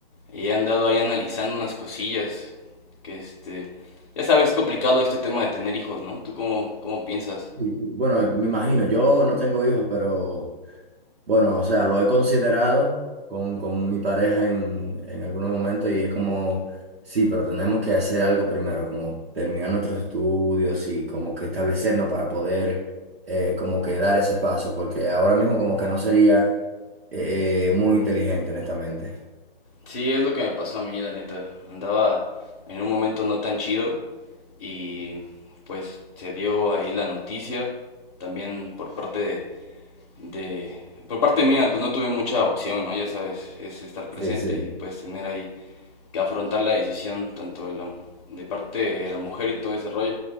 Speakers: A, on the left; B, on the right.
A: Y he andado ahí analizando unas cosillas. Que este... Ya sabes, es complicado este tema de tener hijos, ¿no? ¿Tú cómo, cómo piensas?
B: Sí, sí. Bueno, me imagino, yo no tengo hijos, pero bueno, o sea, lo he considerado con, con mi pareja en, en algunos momentos y es como, sí, pero tenemos que hacer algo primero, como terminar nuestros estudios y como que establecernos para poder eh, como que dar ese paso, porque ahora mismo como que no sería eh, muy inteligente, honestamente.
A: Sí, es lo que me pasó a mí, la neta. Andaba en un momento no tan chido y pues se dio ahí la noticia también por parte de, de- por parte mía, pues no tuve mucha opción, ¿no? Ya sabes, es estar presente
B: Sí, sí.
A: y pues tener ahí que afrontar la decisión tanto de la de parte de la mujer y todo ese rollo.